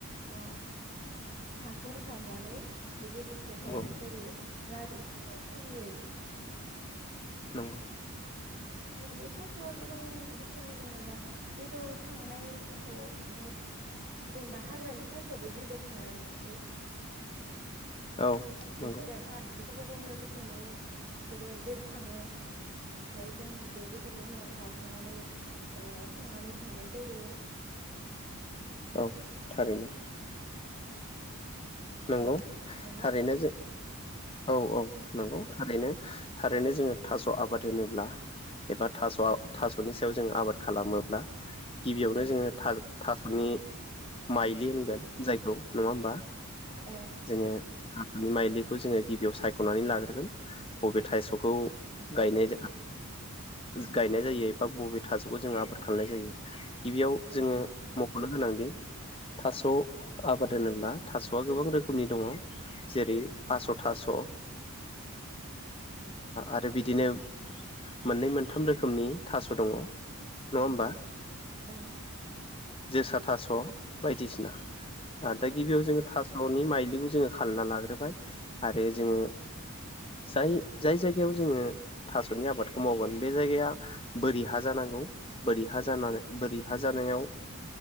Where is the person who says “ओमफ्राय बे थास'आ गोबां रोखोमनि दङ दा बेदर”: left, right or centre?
Right